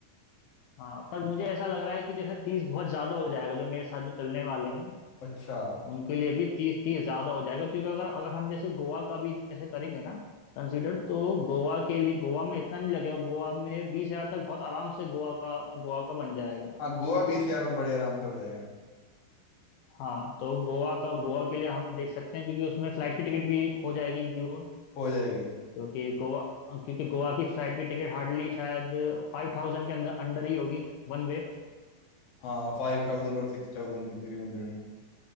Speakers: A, on the left; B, on the left.
A: हाँ पर मुझे ऐसा लग रहा है कि जैसे तीस बहुत ज्यादा हो जाएगा जो मेरे साथ जो चलने वाले हैं
B: अच्छा
A: उनके लिए भी तीस तीस ज्यादा हो जाएगा क्योंकि अगर अगर हम जैसे गोवा का भी जैसे करेंगे ना कंसीडर तो गोवा के लिए गोवा में इतना नहीं लगेगा गोवा में बीस हजार तक बहुत आराम से गोवा का गोवा का बन जाएगा
B: हाँ गोवा बीस हजार में बड़े आराम से हो जाएगा
A: हाँ तो गोवा का गोवा के लिए हम देख सकते हैं क्योंकि उसमें फ्लाइट की टिकट भी हो जाएगी इंक्लूड
B: हो जाएगी
A: क्योंकि गोवा क्योंकि गोवा की फ्लाइट की टिकट हार्डली शायद फाइव थाउजेंड के अंदर अंडर ही होगी वन वे
B: हाँ फाइव थाउजेंड और सिक्स थाउजेंड के तकरीबन तकरीबन